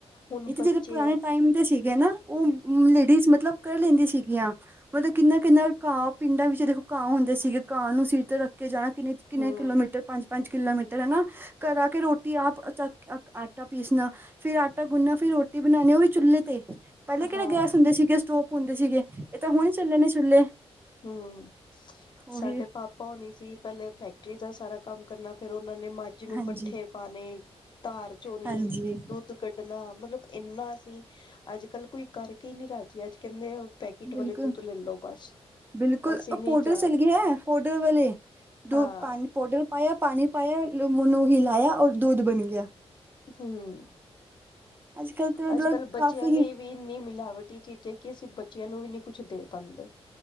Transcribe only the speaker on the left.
ਹੁਣ
ਬੱਚੇ
ਹੂੰ
ਹਾਂ
ਹਮ
ਸਾਡੇ ਪਾਪਾ ਹੋਣੀ ਸੀ ਪਹਿਲੇ ਫੈਕਟਰੀ ਦਾ ਸਾਰਾ ਕੰਮ ਕਰਨਾ ਫੇਰ ਉਹਨਾਂ ਨੇ ਮੱਝ ਨੂੰ
ਪੱਠੇ ਪਾਣੇ ਧਾਰ ਝੋਣੀ
ਦੁੱਧ ਦੁੱਧ ਕੱਢਣਾ ਮਤਲਬ ਇੰਨਾ ਸੀ ਅੱਜ ਕੱਲ੍ਹ ਕੋਈ ਕਰਕੇ ਈ ਨੀ ਰਾਜੀ ਅੱਜ ਕਹਿੰਦੇ ਆ ਪੈਕਟ ਵਾਲੇ
ਦੁੱਧ ਲੈ ਲਓ ਬਸ।
ਅਸੀਂ
ਨੀ
ਜਾ
ਹਾਂ
ਹਮ
ਅੱਜ ਕੱਲ੍ਹ
ਬੱਚਿਆਂ ਲਈ
ਵੀ ਇੰਨੀ ਮਿਲਾਵਟੀ ਚੀਜ਼ ਹੈ ਕਿ ਅਸੀਂ ਬੱਚਿਆਂ ਨੂੰ ਵੀ ਨਹੀਂ ਕੁਛ ਦੇ। ਪਾਉਂਦੇ।